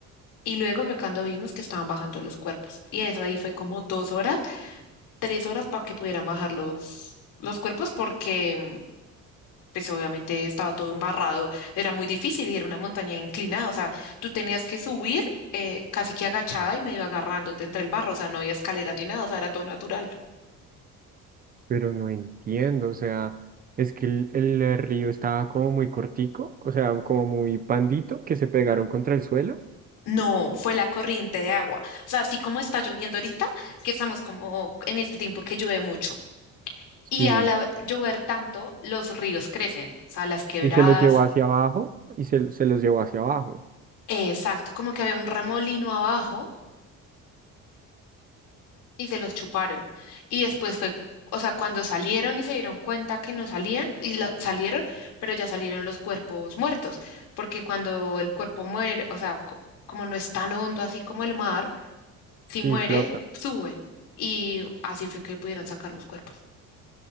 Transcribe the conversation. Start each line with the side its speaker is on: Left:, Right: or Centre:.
Left: Y luego fue cuando vimos que estaban bajando los cuerpos. Y eso ahí fue como dos horas, tres horas para que pudieran bajar los, los cuerpos, porque pues obviamente estaba todo embarrado, era muy difícil y era una montaña inclinada, o sea, tú tenías que subir eh, casi que agachada y medio agarrándote entre el barro, o sea, no había escaleras ni nada, o sea, era todo natural.
Right: Pero no entiendo, o sea, es que el, el río estaba como muy cortico, o sea, como muy pandito, que se pegaron contra el suelo.
Left: No, fue la corriente de agua, o sea, así como está lloviendo ahorita, que estamos como en este tiempo que llueve mucho.
Right: Sí,
Left: Y al llover tanto, los ríos crecen, o sea, las quebradas,
Right: y se los llevó hacia abajo, y se, se los llevó hacia abajo,
Left: eh, exacto, como que había un remolino abajo y se los chuparon. Y después fue, o sea, cuando salieron y se dieron cuenta que no salían, y la- salieron, pero ya salieron los cuerpos muertos, porque cuando el cuerpo muere, o sea, co- como no es tan hondo así como el mar, si
Right: y
Left: muere,
Right: flota.
Left: sube. Y así fue que pudieron sacar los cuerpos.